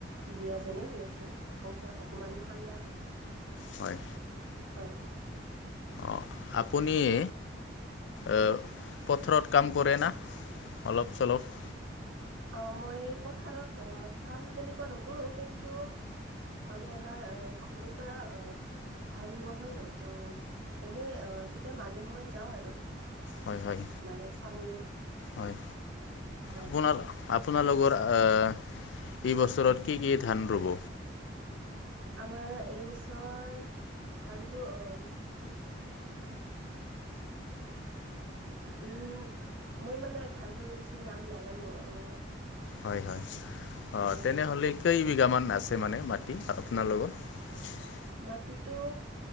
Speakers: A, on the right (about 90°); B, on the left (about 65°).
A: দিয়া যেনে হৈ আছে অমান -অকমান ঠাণ্ডা।
B: হয়।
A: হয়।
B: অহ, আপুনিয়ে অ'পথৰত কাম কৰে না অলপ- চলপ?
A: অহ, মই পথাৰত অ' কাম তেনেকুৱা নকৰো কিন্তু মানে আমাৰ আহ ঘৰৰ পৰা অহ ধান ৰোৱা হয় ন' ত' এনেই অহ কেতিয়া মাজে সময়ে যাওঁ আৰু।
B: হয় হয়
A: মানে চাবলৈ
B: হয়
A: হয়।
B: আপোনাৰ আপোনালোকৰ আহ এই বছৰত কি -কি ধান ৰুব?
A: আমাৰ এইবছৰ ধানটো অহ উম, মই মানে ধানবোৰৰ বেছি নাম নাজানো অ',
B: হয়- হয় অহ
A: হয়
B: তেনেহলে কেই <unintelligible> বিঘামান আছে মানে মাটি আপোনাৰ লগত
A: মাটিতো